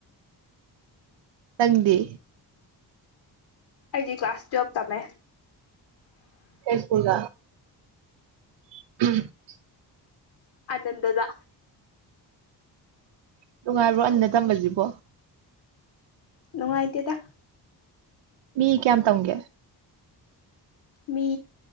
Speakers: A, on the right; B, on the left.
A: ꯇꯪꯗꯦ
B: ꯑꯩꯗꯤ ꯀ꯭ꯂꯥꯁ ꯇꯨꯋꯦꯜꯞ ꯇꯝꯃꯦ
A: ꯀꯩ ꯁ꯭ꯀꯨꯜꯗ <inaudible>
B: ꯑꯟꯗꯥꯗꯥ
A: ꯅꯨꯡꯉꯥꯏꯕ꯭ꯔꯣ ꯑꯟꯅ ꯇꯝꯁꯤꯕꯣ
B: ꯅꯨꯡꯉꯥꯏꯇꯦꯗ
A: ꯃꯤ ꯀꯌꯥꯝ ꯇꯝꯒꯦ
B: ꯃꯤ